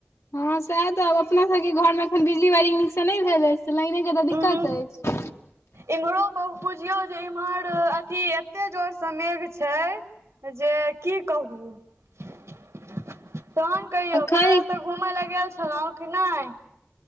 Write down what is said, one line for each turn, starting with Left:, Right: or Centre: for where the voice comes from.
Left: हँ सएह त अपना सबके घर मे एखन बिजली व नसँ नहि भेल अछि से लाइने के तऽ दिक्कत
Right: उहूँ
Left: अछि
Right: इम्हरो बहु बुझियौ जे इम्हर अथी एते जोर से मेघ छै जे की कहू तहन कहियो
Left: अखन
Right: तऽ घुमय लए गेल छलहुँं कि नहि